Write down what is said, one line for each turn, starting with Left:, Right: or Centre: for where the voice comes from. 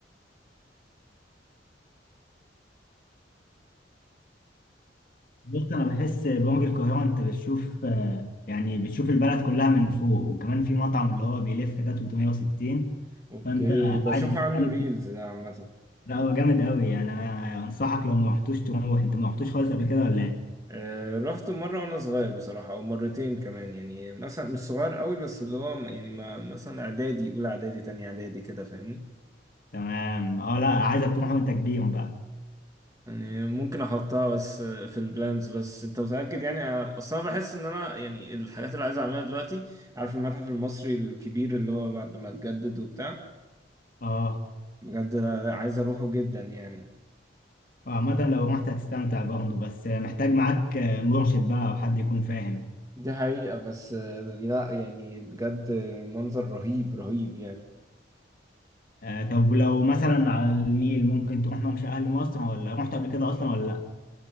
Left: بص أنا بحس برج القاهرة أنت بتشوف آه، يعني بتشوف البلد كلها من فوق وكمان في مطعم اللي هو بيلف ده 360
Right: اوكي
Left: فأنت
Right: بشوف
Left: قاعد مستمتع
Right: عنه ريلز ده عامة
Left: لا هو جامد قوي يعني أنا أنصحك لو ما رحتوش تروح أنت ما رحتوش خالص قبل كده ولا إيه؟
Right: آه، رحته مرة وانا صغير بصراحة او مرتين كمان يعني مثلا مش صغير قوي بس اللي هو يعني ما مثلا اعدادي اولى اعدادي تانية اعدادي كده فاهمني
Left: تمام اه لا عايزك تروح وانت كبير بقى
Right: يعني ممكن احطها بس آه، في البلانز بس انت متأكد يعني آه، اصلا أنا بحس ان انا يعني الحاجات اللي عايز اعملها دلوقتي عارف المتحف المصري الكبير اللي هو بعد ما اتجدد وبتاع
Left: اه
Right: بجد أنا عايز اروحه جدا يعني
Left: آه، عامة لو رحت هتستمتع برضه بس محتاج معاك مرشد بقى او حد يكون فاهم
Right: دي حقيقة بس آه، لا يعني بجد آه، منظر رهيب رهيب يعني
Left: آه طب لو مثلا على النيل ممكن تروح ممشى اهل مصر ولا رحت قبل كده اصلا ولا لا